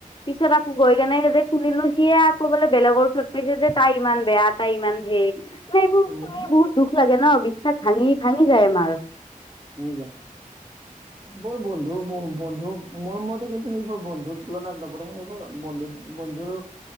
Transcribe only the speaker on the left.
পিছত আকৌ গৈ কেনে যে শুনিলোঁ সিয়ে আকৌ বোলে বেলেগৰ ওচৰত কৈছে যে তাই ইমান বেয়া তাই ইমান ঢেৰ, মানে এইবোৰ
শুনি
বহুত দুখ লাগে ন' বিশ্বাস ভাঙি ভাঙি যায় আমাৰ।
<inaudible>